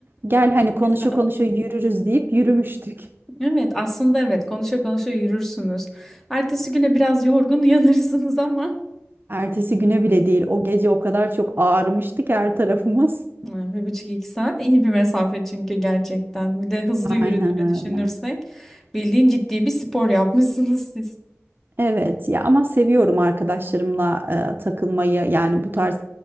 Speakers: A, on the right (about 45°); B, in the centre.
A: Gel hani konuşa
B: Güzel.
A: konuşa yürürüz deyip yürümüştük.
B: Evet aslında evet konuşa konuşa yürürsünüz. Ertesi güne biraz yorgun uyanırsınız ama.
A: Ertesi güne bile değil o gece o kadar çok ağrımıştı ki her tarafımız.
B: Yani Bir buçuk iki saat iyi bir mesafe çünkü gerçekten. Bir de hızlı yürüdüğünü
A: Aynen öyle.
B: düşünürsek bildiğin ciddi bir spor yapmışsınız siz.
A: Evet ya ama seviyorum arkadaşlarımla e, takılmayı yani bu tarz